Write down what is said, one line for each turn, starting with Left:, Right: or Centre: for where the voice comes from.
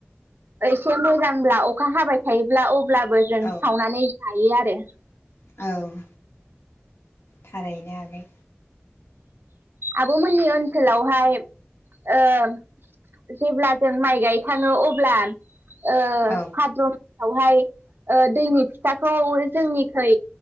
Right: एसे मोजां होमब्ला अखा हाबाय थायोब्ला अब्ला बो जों
Left: औ
Right: सावनानै जायो आरो
Left: औ थारैनो आगै
Right: आब'मोननि ओनसोलावहाय ओ जेब्ला जों माइ गायखाङो अब्ला ओ
Left: औ
Right: भाद्र औहाय ओ दैनि फिथाखौ जोंनिखै